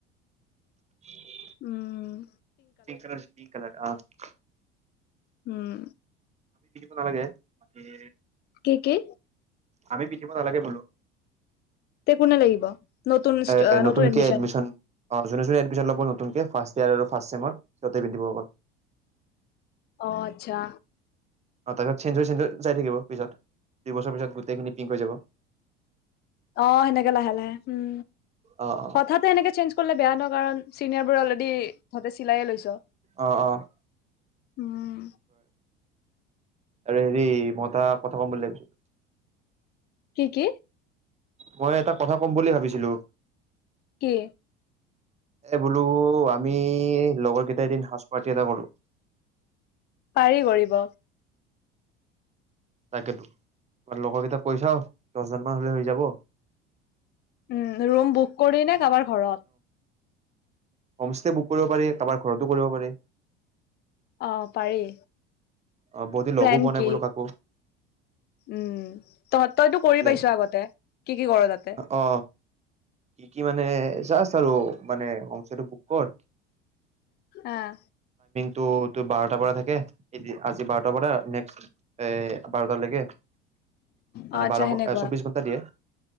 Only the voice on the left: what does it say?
উম
উম
কে কে
তে কোনে লাগিব নতুন
নতুন এডমিশন
অ আচ্ছা
অ সেনেকে লাহে লাহে উম
হঠাতে এনেকে চেঞ্জ কৰিলে বেয়া ন কাৰণ চিনিয়াৰ বোৰ অলৰেডি তহঁতে চিলাই য়ে লৈছ
উম
কি কি
কি
পাৰি কৰিব
উম ৰুম বুক কৰি নে কাৰোবাৰ ঘৰত?
অহ পাৰি
প্লেন
কি
উম তহঁতৰটো কৰি
পাইছ আগতে কি কি কৰ তাতে?
অহ
অ আচ্ছা
সেনেকুৱা